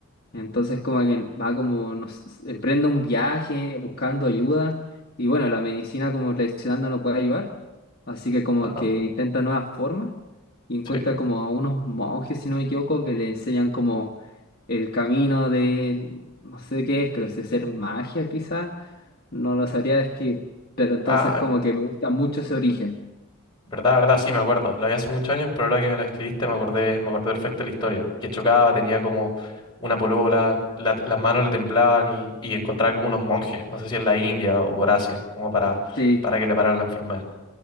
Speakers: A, on the left; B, on the left.
A: Entonces como que va como, nos emprende un viaje buscando ayuda y bueno, la medicina como tradicional no lo puede ayudar, así que como
B: Ajá.
A: que intenta nuevas formas y encuentra
B: Sí.
A: como a unos monjes, si no me equivoco, que le enseñan como el camino de, no sé qué es, pero si hacer magia quizás, no lo sabría describir, pero entonces
B: Ah,
A: como que me gusta mucho ese origen.
B: verdad, verdad, sí, me acuerdo. La vi hace muchos años, pero ahora que me la escribiste me acordé, me acordé perfecto de la historia. Que chocaba, tenía como una polola, la- las manos le temblaban y, y encontraba como unos monjes, no sé si en la India o por Asia, como para,
A: Sí,
B: para que le pararan la enfermedad.